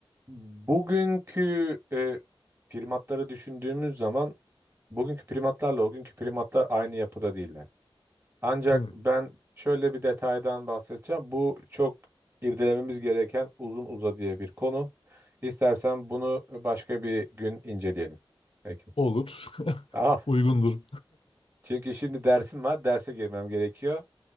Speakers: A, on the right; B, on the left.
A: bugünkü e, primatları düşündüğümüz zaman bugünkü primatlarla o günkü primatlar aynı yapıda değiller. Ancak
B: Hmm.
A: ben şöyle bir detaydan bahsedeceğim. Bu çok irdelememiz gereken uzun uza diye bir konu. İstersen bunu başka bir gün inceleyelim. Peki.
B: Olur.
A: Ah,
B: <laughs> Uygundur.
A: çünkü şimdi dersim var. Derse girmem gerekiyor.